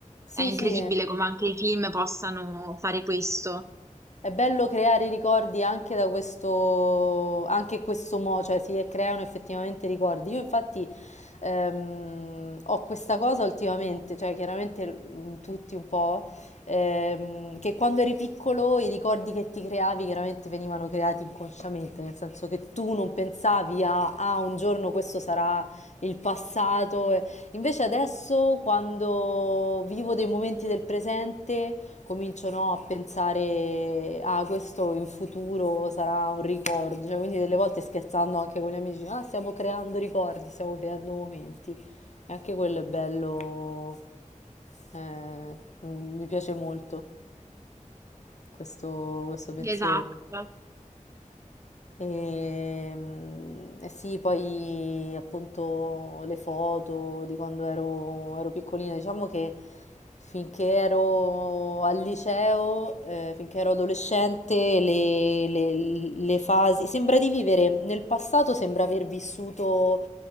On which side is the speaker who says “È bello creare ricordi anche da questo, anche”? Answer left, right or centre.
Left